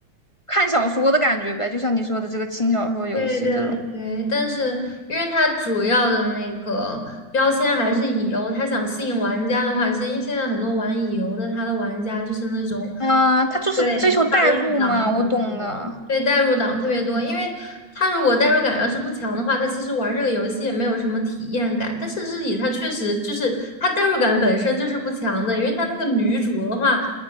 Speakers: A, on the left; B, on the left.
A: 看小说的感觉呗，就像你说的这个轻小说游戏这种，
B: 对对对，但是因为它主要的那个标签还是乙游，它想吸引玩家的话，其实现在很多玩乙游的，他的玩家就是那种
A: 嗯、他就是追求代入嘛，
B: 对代入党很多，
A: 我懂的，
B: 对代入党特别多，因为他如果代入感要是不强的话，他其实玩这个游戏也没有什么体验感。但是日乙它确实就是它代入感本身就是不强的，因为它那个女主的话，